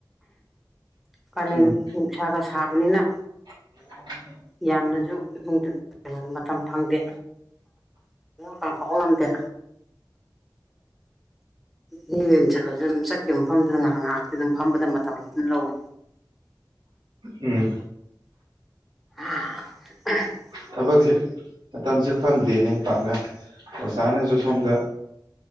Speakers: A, in the centre; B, on the right (about 80°).
A: ꯀꯥꯂꯦꯟ
B: ꯎꯝ
A: ꯅꯨꯡꯁꯥꯒ ꯁꯥꯕꯅꯤꯅ
B: <unintelligible>
A: ꯌꯥꯝꯅꯁꯨ <unintelligible> ꯃꯇꯝ ꯐꯪꯗꯦ ꯇꯥꯛꯄꯕꯧ ꯉꯝꯗꯦ ꯃꯤ ꯃꯌꯨꯝ ꯆꯠꯂꯁꯨ ꯑꯗꯨꯝ ꯆꯠꯀꯤꯕ ꯃꯐꯝꯗꯨꯗ ꯉꯥꯏꯍꯛ ꯉꯥꯏꯍꯥꯛꯇꯤ ꯑꯗꯨꯝ ꯐꯝꯕꯗ ꯃꯇꯝ ꯑꯗꯨꯝ ꯂꯧꯏ
B: ꯎꯝ
A: <unintelligible>
B: ꯊꯕꯛꯁꯦ ꯃꯇꯝꯁꯦ ꯐꯪꯗꯦꯅꯦ ꯄꯥꯛꯅ ꯑꯣꯖꯥꯅꯁꯨ ꯁꯣꯝꯗ